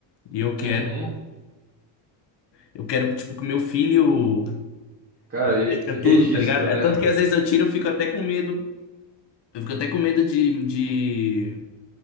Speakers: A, on the left; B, on the right.
A: e eu quero,
B: Uhum.
A: eu quero tipo que meu filho
B: Cara, e
A: veja
B: e registro,
A: tudo, tá ligado? É
B: né?
A: tanto que às vezes eu tiro, eu fico até com medo, eu fico até com medo de, de,